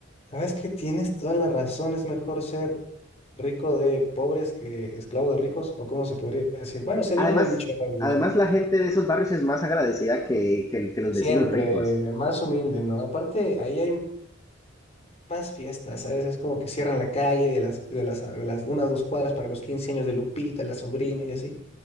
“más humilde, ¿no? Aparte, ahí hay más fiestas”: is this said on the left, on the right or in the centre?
Left